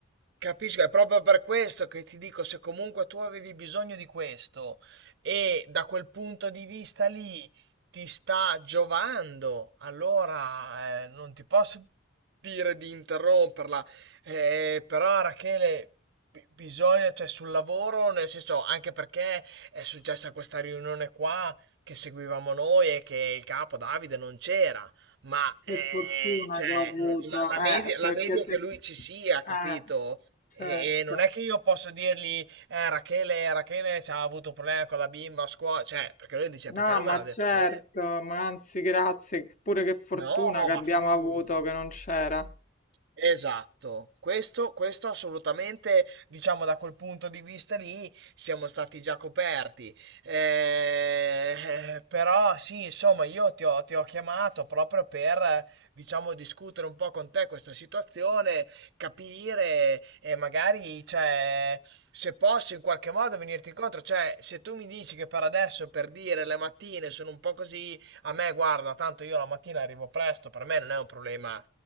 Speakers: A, on the right; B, on the left.
A: Capisco, è proprio per questo che ti dico, se comunque tu avevi bisogno di questo e da quel punto di vista lì ti sta giovando, allora eh, non ti posso dire di interromperla. Eh, però Rachele, bi- bisogna, cioè sul lavoro, nel senso, anche perché è successa questa riunione qua che seguivamo noi e che il capo Davide non c'era. Ma
B: che
A: eh,
B: fortuna
A: cioè,
B: che ho avuto,
A: n- la, la
B: eh,
A: media, la
B: perché
A: media è
B: se...
A: che lui ci sia, capito?
B: Eh, certo.
A: E, e non è che io posso dirgli, eh, Rachele, Rachele c'ha avuto un problema con la bimba a scuola, cioè, perché lui dice,
B: No,
A: perché non
B: ma
A: me l'ha detto
B: certo,
A: a me?
B: ma anzi grazie, pure che fortuna
A: No,
B: che
A: ma
B: abbiamo
A: figurati.
B: avuto che non c'era.
A: Esatto, questo, questo assolutamente, diciamo da quel punto di vista lì, siamo stati già coperti. Eh, eh, però sì, insomma, io ti ho, ti ho chiamato proprio per, eh, diciamo, discutere un po' con te questa situazione, capire e magari, cioè, se posso in qualche modo venirti incontro. Cioè, se tu mi dici che per adesso, per dire, le mattine sono un po' così, a me, guarda, tanto io la mattina arrivo presto, per me non è un problema